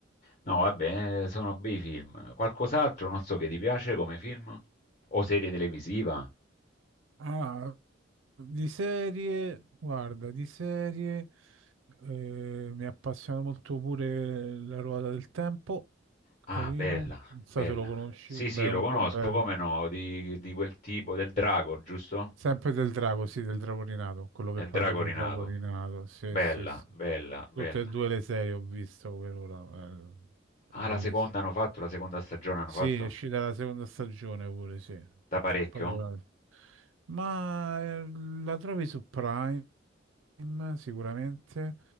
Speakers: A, on the left (about 35°); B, on the right (about 80°).
A: No, vabbè, eh, sono bei film. Qualcos'altro, non so che ti piace come film? O serie televisiva?
B: Ah, di serie, guarda, di serie eh, mi appassiona molto pure La ruota del tempo, carino,
A: Ah, bella,
B: non so
A: bella.
B: se lo conosci,
A: Sì,
B: beh,
A: sì, lo
B: molto
A: conosco,
B: bello.
A: come no, di, di quel tipo del drago, giusto?
B: Sempre del drago, sì, del drago rinato, quello che
A: Nel
B: parla
A: drago
B: del
A: rinato.
B: drago rinato, sì,
A: Bella,
B: sì, sì.
A: bella, bella.
B: Tutte e due le serie ho visto per ora, eh, bellissime.
A: Ah, la seconda hanno fatto, la seconda stagione hanno
B: Sì,
A: fatto?
B: è uscita la seconda stagione pure, sì.
A: Da
B: Sì.
A: parecchio?
B: Poi dovrà- Ma eh, la trovi su Prime, sicuramente.